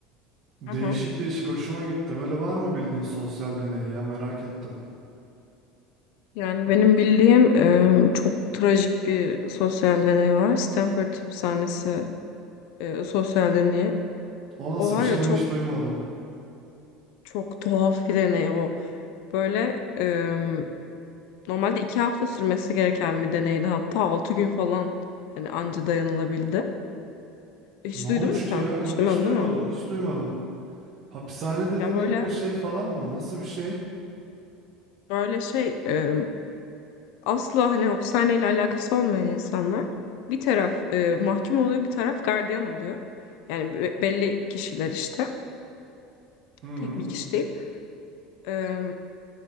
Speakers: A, on the right; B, on the left.
A: Değişik
B: Aha.
A: değişik hoşuma gitti. Böyle var mı bildiğin sosyal deney ya merak ettim.
B: Yani benim bildiğim e, çok trajik bir sosyal deney var. Stanford Hapishanesi e, sosyal deneyi.
A: O nasıl
B: O var
A: bir şey
B: ya
A: ben
B: çok
A: hiç duymadım.
B: çok tuhaf bir deney o. Böyle e, normalde iki hafta sürmesi gereken bir deneydi. Hatta altı gün falan hani anca dayanılabildi. Hiç
A: Ne olmuş
B: duydun mu sen?
A: ki ya? Yok
B: Hiç duymadın
A: hiç duymadım
B: değil mi?
A: hiç duymadım. Hapishane dediğine
B: Ya böyle
A: göre şey falan mı? Nasıl bir şey?
B: böyle şey e, asla hani hapishaneyle alakası olmayan insanlar bir taraf e, mahkum oluyor, bir taraf gardiyan oluyor. Yani be- belli kişiler işte.
A: Hı.
B: Tek bir kişi değil. E,